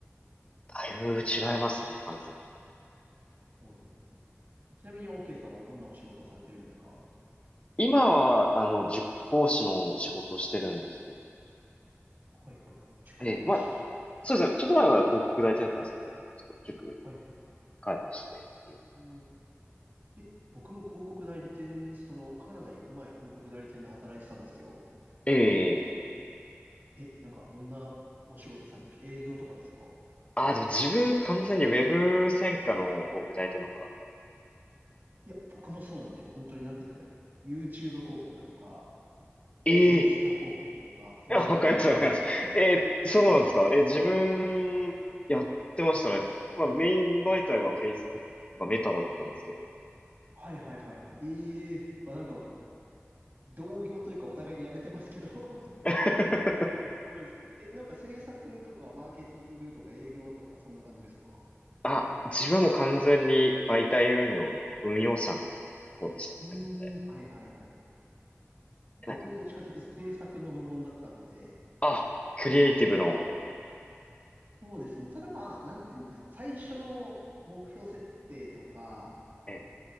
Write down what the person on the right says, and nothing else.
そうなんですよ。ちなみに OK さんはどんなお仕事をされてるんですか
はいはいはい。塾講師。
はいはい。
うん、え、僕も広告代理店、そのカナダ行く前広告代理店で働いてたんですよ。
え、なんかどんなお仕事されてました営業とかですか
いや、僕もそうなんですよ。本当になんていうんですかね。YouTube 広告とか、
インスタ広告とか、
そういう感じで。
はいはいはいはい。ええまあなんか、同業というかお互いにやめてますけど <laughs>
え、すごいですね。え、なんか制作とか、マーケティングとか、営業とか、そんな感じですか
うーん、
はいはいはい。僕、
どっちかというと制作の部門だったので、
そうですね。ただまあ、なんていうんですか、最初の目標設定とか、